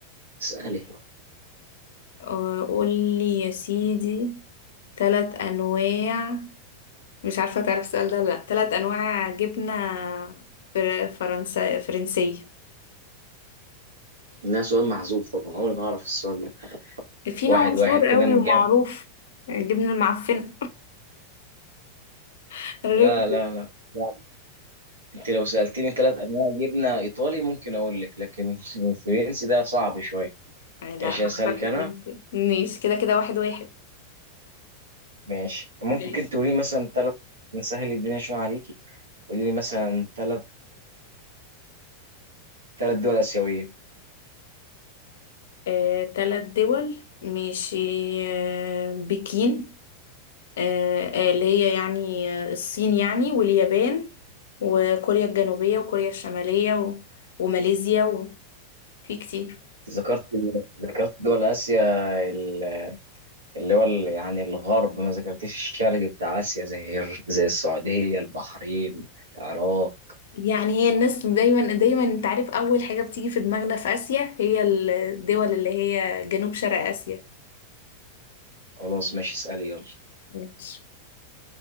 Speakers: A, on the right; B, on the left.
A: اسألي
B: آه، قول لي يا سيدي ثلاث انواع مش عارفه تعرف السؤال ده ولا لا ثلاث انواع جبنه فر- فرنسا فرنسيه
A: لا سؤال محذوف طبعا عمري ما هعرف السؤال ده
B: في
A: واحد
B: نوع مشهور
A: واحد كده
B: قوي
A: نرجع
B: ومعروف الجبنة المعفنة <laughs> الريك
A: لا لا لا صعب. انت لو سألتني ثلاث انواع جبنة ايطالي ممكن اقول لك لكن <laughs> الفرنسي ده صعب شوية
B: يعني لا
A: ماشي
B: أنا
A: هسألك
B: اخترت
A: انا
B: فرنسا كده ماشي كده كده واحد واحد
A: ماشي ممكن
B: ماشي
A: تقولي مثلا ثلاث نسهل الدنيا شوية عليكي قولي لي مثلا ثلاث ثلاث دول آسيوية
B: آه، تلات دول ماشي آه، بكين آه، آه، اللي هي يعني آه، الصين يعني واليابان وكوريا الجنوبية وكوريا الشمالية و... وماليزيا وفي كتير
A: ذكرت ذكرت دول آسيا ال- اللي هو ال- يعني الغرب ما ذكرتش الشرق بتاع آسيا زي الر- زي السعودية البحرين العراق
B: يعني هي الناس دايما دايما انت عارف أول حاجة بتيجي في دماغنا في آسيا هي الدول اللي هي جنوب شرق آسيا
A: خلاص ماشي اسألي يلا
B: ماشي